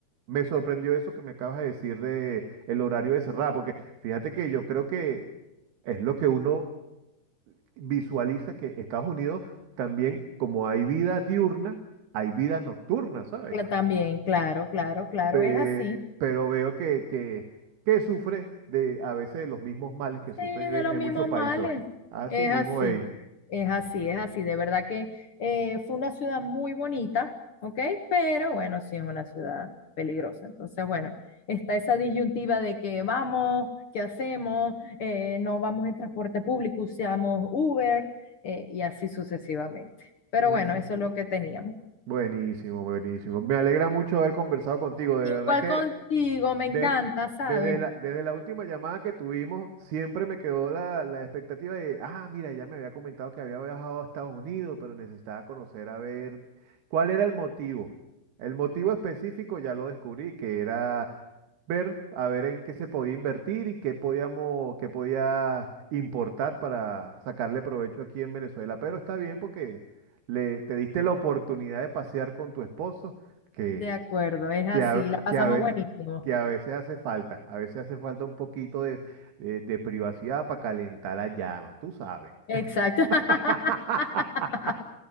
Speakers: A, on the right (about 75°); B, on the left (about 45°).
A: me sorprendió eso que me acabas de decir de el horario de cerrada, porque fíjate que yo creo que es lo que uno visualiza que Estados Unidos también, como hay vida diurna, hay vida nocturna, ¿sabes?
B: Cla- También, claro, claro, claro,
A: Pe-
B: es así.
A: pero veo que, que, que sufre de a veces de los mismos males
B: Sí,
A: que sufre
B: de los
A: en
B: mismos
A: muchos países.
B: males.
A: Así
B: Es
A: mismo,
B: así,
A: ey.
B: es así, es así. De verdad que eh, fue una ciudad muy bonita, ¿ok? Pero bueno, sí es una ciudad peligrosa. Entonces, bueno, está esa disyuntiva de que vamos, qué hacemos, Eh, no vamos en transporte público, usamos Uber eh, y así sucesivamente. Pero
A: Mm,
B: bueno, eso es lo que teníamos.
A: buenísimo, buenísimo. Me alegra mucho haber conversado contigo. De
B: Igual
A: verdad que
B: contigo, me encanta,
A: de-
B: ¿sabes?
A: desde la, desde la última llamada que tuvimos, siempre me quedó la, la expectativa de, ah, mira, ya me había comentado que había viajado a Estados Unidos, pero necesitaba conocer a ver cuál era el motivo. El motivo específico ya lo descubrí, que era ver, a ver en qué se podía invertir y qué podíamos, qué podía importar para sacarle provecho aquí en Venezuela. Pero está bien porque le, te diste la oportunidad de pasear con tu esposo, que
B: De acuerdo, es así,
A: que a,
B: la pasamos
A: que a ve-
B: buenísimo.
A: que a veces hace falta, a veces hace falta un poquito de, de- de privacidad para calentar la llama, tú sabes.
B: Exacto. <laughs>
A: <laughs>